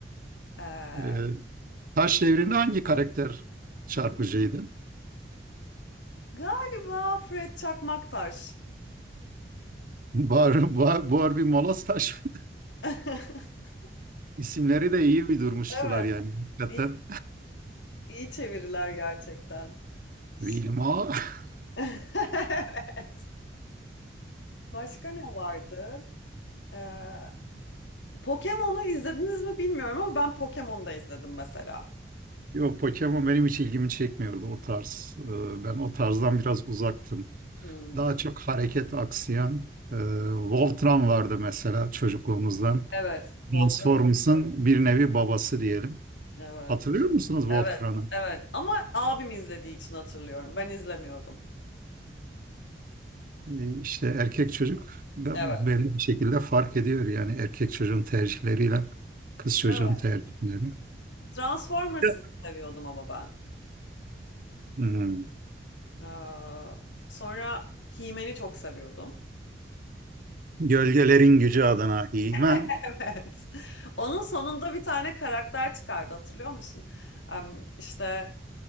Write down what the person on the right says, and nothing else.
Ee, Taş Devri'nde hangi karakter çarpıcıydı?
Bar, Bar, Barbie <laughs> Molas Taş mı?
<laughs> İsimleri de iyi bir durmuştular
yani hakikaten.
Wilma. <laughs>
Yok Pokemon benim hiç ilgimi çekmiyordu o tarz. Ee, Ben o tarzdan biraz uzaktım.
Daha çok hareket aksiyon. E, Voltron vardı mesela çocukluğumuzdan.
Transformers'ın bir nevi babası diyelim.
Hatırlıyor musunuz
Voltron'u?
E, işte erkek çocuk da
belli bir şekilde fark ediyor. Yani erkek çocuğun tercihleriyle kız çocuğun
tercihlerini.
Evet.
Hmm.
Gölgelerin gücü adına He-Man.